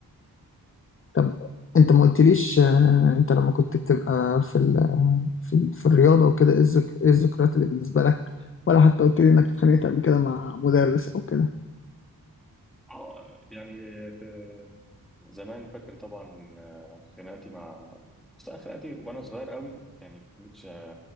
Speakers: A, on the left (about 35°); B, in the centre.
A: طب انت ما قلتليش آه... انت لما كنت بتبقى في ال... في, ال... في الرياضه وكده ايه الذك... ايه الذكريات اللي بالنسبه لك ولا حتى قلت لي انك اتخانقت قبل كده مع مدرس او كده
B: اه يعني في زمان فاكر طبعا آه، خناقاتي مع بس لا، خناقاتي وانا صغير قوي يعني ما كنتش في